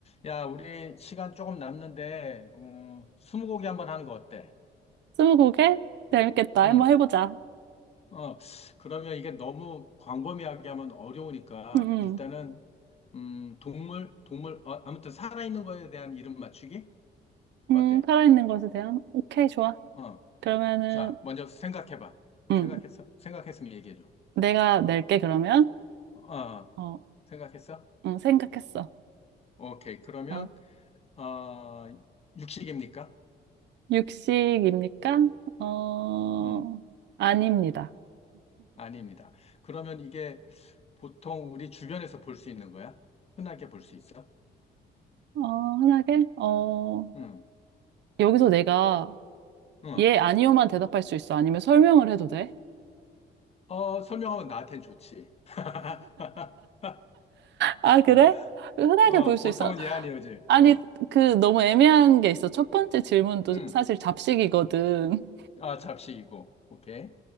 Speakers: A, on the left; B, on the right.
A: 야, 우리 시간 조금 남는데, 어, 스무고개 한번 하는 거 어때?
B: 스무고개? 재밌겠다. 한번
A: 응.
B: 해보자.
A: 어, 그러면 이게 너무 광범위하게 하면 어려우니까,
B: 음,
A: 일단은, 음, 동물, 동물, 어, 아무튼 살아있는 거에 대한 이름 맞추기?
B: 음.
A: 어때?
B: 음, 살아있는 것에 대한? 오케이, 좋아.
A: 어,
B: 그러면은,
A: 자, 먼저 생각해봐.
B: 음,
A: 생각했어? 생각했으면 얘기해줘.
B: 내가 낼게, 그러면.
A: 어,
B: 어,
A: 생각했어?
B: 음, 생각했어.
A: 오케이. 그러면,
B: 어,
A: 어, 육식입니까?
B: 육식입니까? 어,
A: 음
B: 아닙니다.
A: 아닙니다. 그러면 이게 보통 우리 주변에서 볼 수 있는 거야? 흔하게 볼 수 있어?
B: 어, 흔하게? 어,
A: 응,
B: 여기서 내가
A: 응.
B: 예, 아니요만 대답할 수 있어? 아니면 설명을 해도 돼?
A: 어, 설명하면 나한텐 좋지. <laughs>
B: 아, 그래?
A: 어,
B: 흔하게
A: 어,
B: 볼 수
A: 보통은
B: 있어?
A: 얘 아니오지.
B: 아니,
A: 어,
B: 그, 너무 애매한 게 있어. 첫 번째 질문도
A: 응.
B: 사실 잡식이거든.
A: 아, 잡식이고. 오케이.